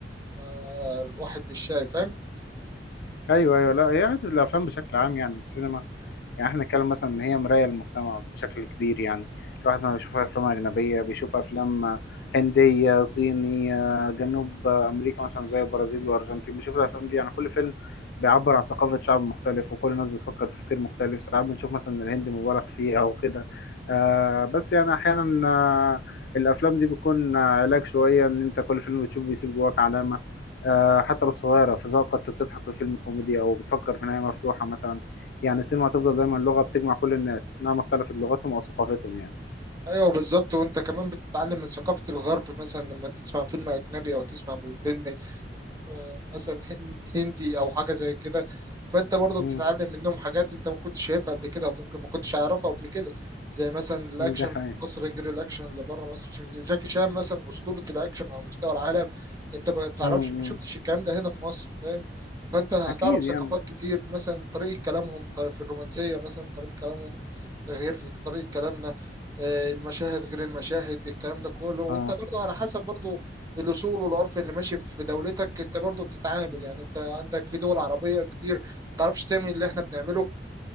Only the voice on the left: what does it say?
ايوه ايوه لا هي حته الافلام بشكل عام يعني السينما يعني احنا نتكلم مثلا ان هي مراية للمجتمع بشكل كبير يعني الواحد ما بيشوف افلام اجنبية بيشوف افلام هندية صينية جنوب امريكا مثلا زي البرازيل والارجنتين بيشوف الافلام دي يعني كل فيلم بيعبر عن ثقافة شعب مختلف وكل الناس بتفكر تفكير مختلف ساعات بنشوف مثلا الهند مبالغ فيه او كده آه بس يعني احيانا آه الافلام دي بيكون آه، علاج شوية ان انت كل فيلم بتشوفه بيسيب جواك علامة آه حتى لو صغيرة في ذوقك كنت بتضحك في فيلم كوميدي أو بتفكر في نهاية مفتوحة مثلا يعني السينما هتفضل دايما لغة بتجمع كل الناس مهما اختلفت لغتهم أو ثقافتهم يعني
امم
ده حقيقي
امم
أكيد
يعني
اه